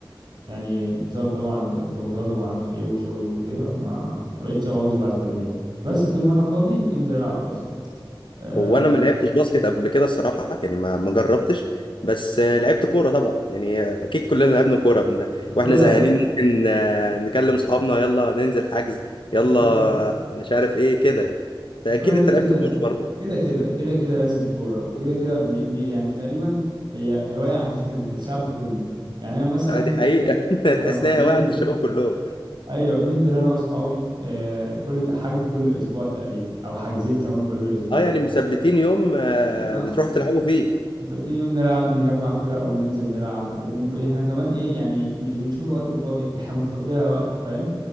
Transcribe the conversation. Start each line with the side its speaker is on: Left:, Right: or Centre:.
Right: يعني بسبب طبعا الضغوطات وما اعرفش ايه وشغل وكده ما ما بقتش اواظب على التمرين بس طول ما انا فاضي انزل العب باسكت أه
Left: هو انا ما لعبتش باسكت قبل كده الصراحه يعني ما
Right: مم.
Left: ما جربتش بس آه، لعبت كوره طبعا يعني اكيد كلنا لعبنا كوره بن-
Right: الكرة
Left: واحنا زهقانين ممكن آه، نكلم اصحابنا يلا ننزل حجز يلا
Right: الكرة
Left: مش عارف ايه كده فاكيد
Right: الكرة دي
Left: انت
Right: كده
Left: لعبت كوره برضه
Right: كده كده كده كده لازم كورة وكده كده دي دي يعني تقريبا هي هواية <laughs> عند ال- الشعب كله يعني أنا مثلا
Left: عادي حقيقه
Right: ب...
Left: <laughs>
Right: آه
Left: تحس
Right: بننزل
Left: انها هوايه عند الشباب كلهم
Right: أيوه بننزل أنا وأصحابي آه كل حجز كل أسبوع تقريبا أو حاجزين كمان كل أسبوع
Left: اه يعني مثبتين يوم آه،
Right: ما-
Left: بتروحوا تلعبوا فيه
Right: مثبتين يوم نلعب نجمع فرق وننزل نلعب و- وإحنا كمان إيه يعني مش بنشوف الوقت الفاضي إحنا بنفضيها وقت فاهم